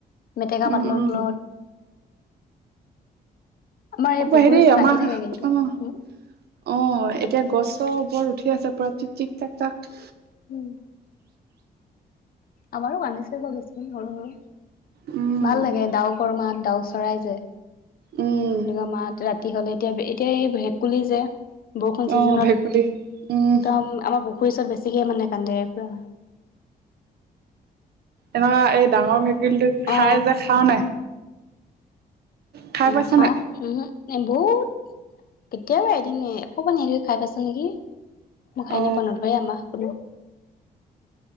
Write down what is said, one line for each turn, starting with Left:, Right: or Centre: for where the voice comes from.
Left: মেটেকা
Right: উম
Left: পাতলৰ
Right: উম
Left: তলত আমাৰ এই
Right: খুব
Left: পুখুৰীৰ
Right: আহি দেই
Left: ওচৰত
Right: আমাৰ
Left: থাকে কিন্তু
Right: অ'
Left: উম
Right: অ' এতিয়া গছ চব বৰ উঠি আছে পৰা চিক চিক চাক চাক
Left: উম। আমাৰো <unintelligible> সৰু সৰু
Right: উম
Left: ভাল লাগে ডাউকৰ মাত ডাউক চৰাই যে।
Right: উম
Left: এনেকুৱা মাত ৰাতি হ'লে, এতিয়া এতিয়া এই ভেকুলি যে বৰষুণ
Right: অ
Left: চিজনত
Right: ভেকুলী
Left: একদম
Right: উম
Left: আমাৰ পুখুৰীৰ ওৰচত বেছি বেছিকে মানে কান্দে পুৰা।
Right: এনেকুৱা এই ডাঙৰ ভেকুলীটো খাই
Left: অ
Right: যে খাৱনে নাই? খাই
Left: নেখাওঁ,
Right: পাইছা নাই
Left: উহো। বহুত কেতিয়াবা এদিন এ অপমান হেৰি খাই পাইছা নেকি? মোৰ খাই
Right: অ
Left: নাই পোৱা নধৰে আমাৰ কোনোও।